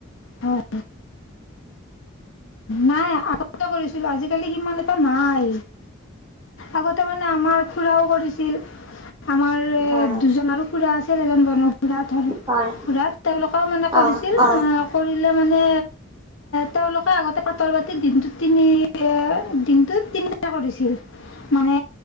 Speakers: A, on the left (about 70°); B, on the right (about 20°).
A: হয় নাই আকৌ এ কৰিছো আজিকালি কিমান এটা নাই আগতে মানে আমাৰ খুৰাও কৰিছিল আমাৰ
B: হয়
A: দুজন আৰু খুৰা আছিল এজন ব খুৰা
B: হয়
A: খুৰাত তেওঁলোকেও মানে কৰিছিল
B: অ অ
A: কৰিলে মানে তেওঁলোক হয় পাতৰ বাতি দিনটো তিনি দিনটো তিনিটা কৰিছিল মানে